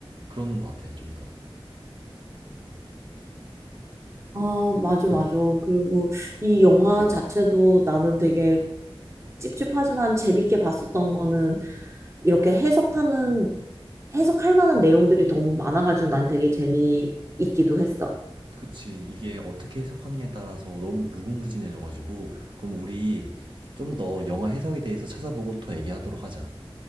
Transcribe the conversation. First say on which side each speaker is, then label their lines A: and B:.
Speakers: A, on the right; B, on the right.
A: 그러는 것 같아요, 좀 더.
B: 아, 맞아, 맞아. 그리고 이 영화 자체도 나는 되게 찝찝하지만 재밌게 봤었던 거는 이렇게 해석하는, 해석할 만한 내용들이 너무 많아가지고 난 되게 재미있기도 했어.
A: 그치. 이게 어떻게 해석하느냐에 따라서 너무 무궁무진해져가지고, 그럼 우리 좀 더 영화 해석에 대해서 찾아보고 더 얘기하도록 하자.